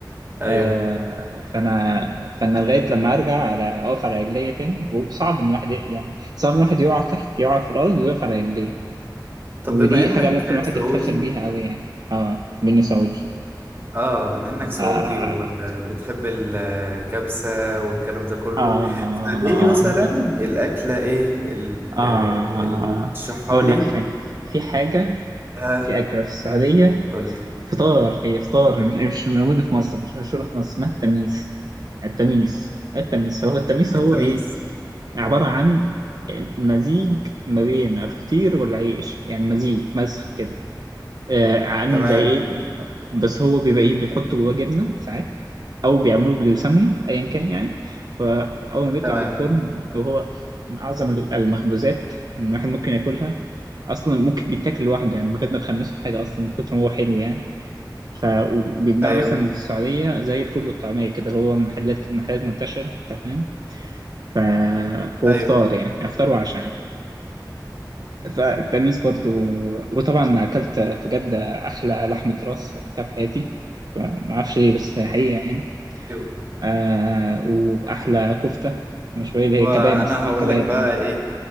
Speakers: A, on the right; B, on the right.
A: آه،
B: ايوه
A: فانا فانا لغايه لما ارجع على اقف على رجليا تاني وصعب ان الواحد
B: مم.
A: ي- يعني صعب ان الواحد يقع تحت يقع في الارض ويقف على رجليه
B: طب
A: ودي
B: بما انك
A: حاجه ممكن الواحد
B: سعودي
A: يفتخر بيها قوي يعني اه مني سعودي
B: اه بما انك سعودي
A: آه
B: وبتحب ال- الكبسة والكلام ده كله
A: آه
B: فايه
A: آه
B: مثلا الاكلة ايه ال-
A: آه.
B: اللي تشرحها
A: أقول
B: لي
A: لك حاجة في حاجة
B: قولها
A: في أكلة في السعودية
B: قول لي
A: فطار هي فطار مش مش موجودة في مصر مش مشهورة في مصر اسمها التميس التميس التميس هو التميس
B: التميس
A: هو إيه؟ عبارة عن مزيج ما بين الفطير والعيش يعني مزيج مسخ كده آه، عامل
B: تمام
A: زي ايه بس هو بيبقى ايه بيحط جواه جبنة ساعات او بيعملوه بالسمنة ايا كان يعني فاول ما بيطلع
B: تمام
A: في الفرن وهو من اعظم ال- المخبوزات ان الواحد ممكن ياكلها اصلا ممكن بيتاكل لوحده يعني من غير ما تخمسه في حاجة اصلا من كتر ما هو حلو يعني ف وبيتباع
B: ايوه
A: مثلا في السعودية زي الفول والطعمية كده اللي هو محلات محلات منتشرة انت فاهم ف... وفطار
B: ايوه
A: يعني افطار وعشاء عادي فالتميس برضو وطبعا اكلت في جدة احلى لحمة راس اكلتها في حياتي ما اعرفش ليه بس حقيقة يعني
B: ايوه
A: آه واحلى كفتة مشوية اللي
B: وانا
A: هي كباب بيسموها
B: هقول
A: كباب
B: لك بقى ايه